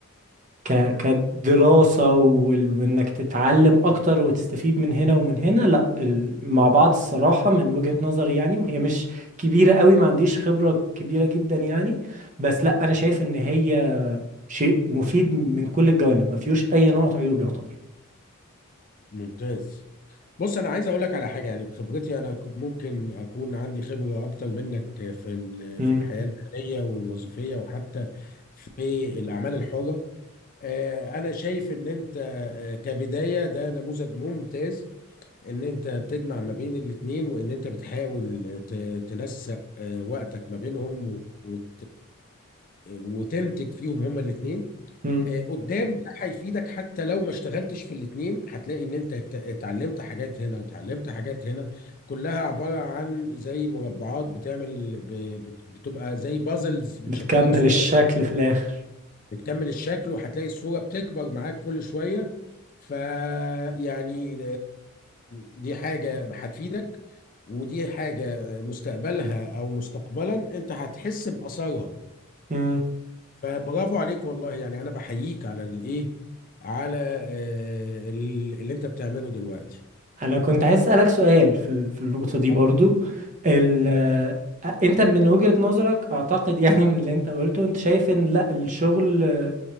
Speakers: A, on the right; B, on the left.
A: ك كدراسة وال وانك تتعلم اكتر وتستفيد من هنا ومن هنا لا ال مع بعض الصراحة من وجهة نظري يعني وهي مش كبيرة قوي ما عنديش خبرة كبيرة جدا يعني بس لا انا شايف ان هي شيء مفيد من كل الجوانب ما فيهوش اي نقط عيوب يعتبر
B: ممتاز بص انا عايز اقول لك على حاجة يعني بخبرتي انا ك- ممكن اكون عندي خبرة اكتر منك في ال-
A: مم.
B: في الحياة المهنية والوظيفية وحتى في الاعمال الحرة آه، انا شايف ان انت آه، كبداية ده نموذج ممتاز ان انت بتجمع ما بين الاتنين وان انت بتحاول ت- تنسق آه، وقتك ما بينهم وت... وتنتج فيهم هما الاتنين
A: مم.
B: آه، قدام ده هيفيدك حتى لو ما اشتغلتش في الاتنين هتلاقي ان انت ات- اتعلمت حاجات هنا وتعلمت حاجات هنا كلها عبارة عن زي مربعات بتعمل ب... بت- بتبقى زي بازلز بتشكلك
A: بتكمل
B: صورة
A: الشكل في الاخر
B: بتكمل الشكل وهتلاقي الصورة بتكبر معاك كل شوية فيعني دي حاجة هتفيدك ودي حاجة مستقبلها أو مستقبلا أنت هتحس بأثرها
A: مم.
B: فبرافو عليك والله يعني أنا بحييك على الإيه على آه، ال- اللي أنت بتعمله دلوقتي
A: انا كنت عايز اسالك سؤال في ال- في النقطه دي
B: اتفضل
A: برضو ال آه، انت من وجهه نظرك اعتقد يعني من اللي انت قلته انت شايف ان لا الشغل آه،